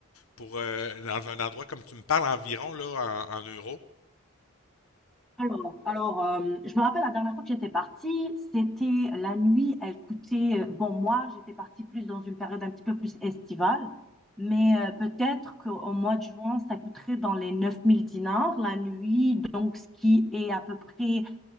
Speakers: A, on the left; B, in the centre.
A: pour euh, dans un endroit comme tu me parles environ là en, en euros?
B: Alors, alors, euh, je me rappelle la dernière fois que j'étais partie, c'était la nuit, elle coûtait, euh, bon, moi, j'étais partie plus dans une période un petit peu plus estivale, mais euh, peut-être qu'au mois de juin, ça coûterait dans les 9000 dinars la nuit, donc ce qui est à peu près